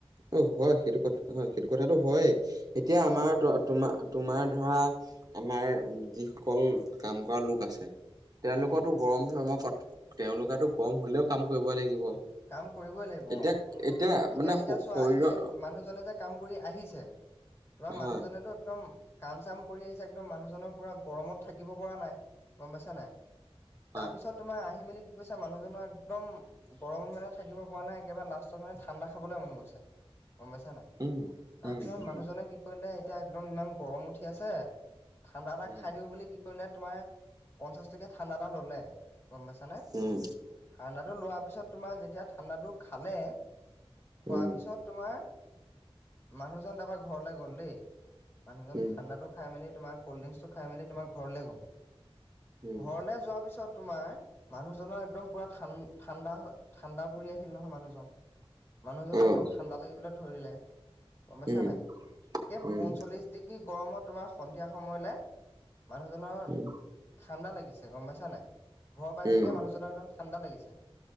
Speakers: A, on the right; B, on the left.
A: অ, হয় সেইটো কথা হয় সেইটো কথাটো হয়ে এতিয়া আমাৰ
B: অ',
A: তো-তোমাৰ তোমাৰ ধৰা আমাৰ যিসকল
B: অ',
A: কাম কৰা লোক আছে তেওঁলোকতো
B: উম।
A: গৰম-চৰম ক তেওঁলোকতো গৰম হলেও কাম কৰিব লাগিব।
B: কাম কৰিবই লাগিব
A: এতিয়া
B: অ
A: মানে
B: এতিয়া এতিয়া
A: শ
B: চোৱা
A: শৰীৰৰ
B: সেই মানুহজনে যে কাম কৰি আহিছে তোমাৰ
A: হা
B: মানুহজনেতো একদম কাম চাম কৰি আহিছে একদম মানুহজনৰ পুৰা গৰমত থাকিব পৰা নাই গম পাইছা নাই
A: হয়
B: তাৰ পিছত তোমাৰ আহি মেলি কি কৈছা মানুহজনৰ একদম গৰমত মানে থাকিব পৰা নাই একেবাৰে লাষ্টত মানে ঠাণ্ডা খাবলৈ মন গৈছে গম পাইছা নাই
A: উম।
B: তাৰপিছত
A: উম, উম,
B: মানুহজনে কি কৰিলে এতিয়া একদম ইমান গৰম উঠি আছে ঠাণ্ডা এটা
A: উম,
B: খাই দিওঁ বুলি কি কৰিলে তোমাৰ পঞ্চাশ টকীয়া ঠাণ্ডা এটা ল'লে গম পাইছানে
A: উম,
B: ঠাণ্ডাটো লোৱাৰ পিছত তোমাৰ যেতিয়া ঠাণ্ডাটো খালে খোৱাৰ
A: উম, উম,
B: পিছত তোমাৰ মানুহজন তাৰপৰা ঘৰলৈ গ'ল দেই মানুহজন
A: উম,
B: ঠাণ্ডাটো খাই মেলি তমাৰ কল্ড ড্ৰিংকছটো খাই মেলি তোমাৰ ঘৰলৈ গ'ল
A: উম,
B: ঘৰলে যোৱাৰ পিছত তোমাৰ মানুহজনৰ একদম পুৰা ঠাণ্ড ঠাণ্ডা হয় ঠাণ্ডা পৰি আহিল নহয় মানুহজন মানুহজনক
A: অ',
B: একদম ঠাণ্ডা লাগিবলৈ ধৰিলে গম পাইছা
A: উম,
B: নাই সেই
A: উম,
B: পঞ্চল্লিশ ডিগ্ৰী গৰমত তোমাৰ সন্ধিয়া সময়লৈ মানুহজনৰ
A: উম,
B: ঠাণ্ডা লাগিছে গম পাইছা নাই ঘৰ পাইছেগে
A: উম,
B: মানুহজনক একদম ঠাণ্ডা লাগিছে